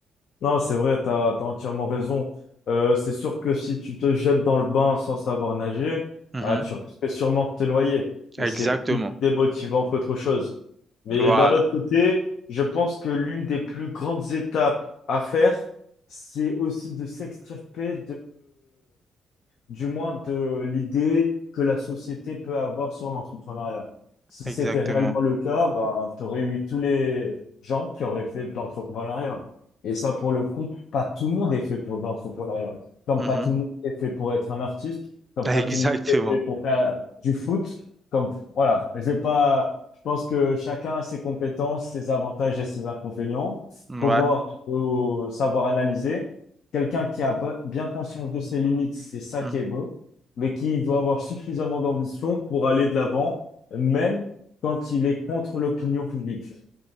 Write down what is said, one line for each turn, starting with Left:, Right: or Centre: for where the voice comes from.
Left: Non, c'est vrai, t'as, t'as entièrement raison. Euh, c'est sûr que si tu te jettes dans le bain sans savoir nager,
Right: Mhm.
Left: ah, tu risques sûrement de te noyer. Et
Right: Exactement.
Left: c'est plus démotivant qu'autre chose. Mais
Right: Voilà.
Left: d'un autre côté, je pense que l'une des plus grandes étapes à faire, c'est aussi de s'extirper du moins de l'idée que la société peut avoir sur l'entrepreneuriat. Si
Right: Exactement.
Left: c'était réellement le cas, ben, tu aurais eu tous les gens qui auraient fait de l'entrepreneuriat. Et ça, pour le coup, pas tout le monde est fait pour de l'entrepreneuriat. Comme
Right: Mhm.
Left: pas tout le monde est fait pour être un artiste, comme
Right: <laughs> Exactement.
Left: pas tout le monde est fait pour faire du foot, comme, voilà, je vais pas, je pense que chacun a ses compétences, ses avantages et ses inconvénients.
Right: Ouais.
Left: Faut voir, faut savoir analyser. Quelqu'un qui a ba- bien conscience de ses limites, c'est ça
Right: Mhm.
Left: qui est beau, mais qui doit avoir suffisamment d'ambition pour aller de l'avant, même quand il est contre l'opinion publique.